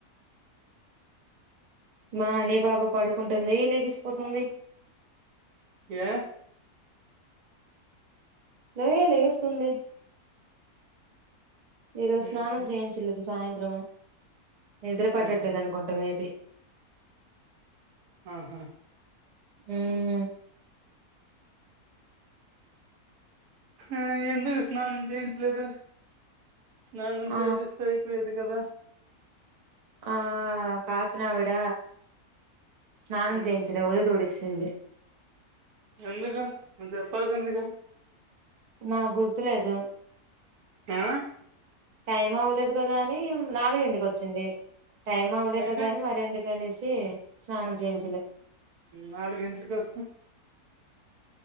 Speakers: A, on the right; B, on the right.
A: మా హనీ పాపా పడుకుంటుంది లేగిసిపోతుంది
B: ఏ
A: లలేస్తుస్తుంది ఈ రోజు
B: మ్మ్
A: స్నానం చేయించల్ సాయంత్రం నిద్ర పట్టట్లేదు
B: మ్మ్
A: అనుకుంటా మేబీ
B: ఆహా
A: మ్మ్
B: ఆ ఎందుకు స్నానం చేయించలేదు స్నానం
A: ఆ
B: చేపిస్తే అయిపోయేది కదా
A: ఆ కాఫినా విడ స్నానం
B: మ్మ్
A: చేయంచలే ఉలిదొడిచ తింధి
B: ఎందుకు చెప్పాలి ఎందుక
A: నాకు గుర్తులేదు
B: ఆ
A: టైం అవ్వలేదు కదా అని నాలుగింటికి వచ్చింది టైం అవ్వలే
B: అయితే
A: కదా అని మర ఎందుకు అనేసి స్నానం చేయించలేదు
B: నాలుగు గంటలకి వస్తా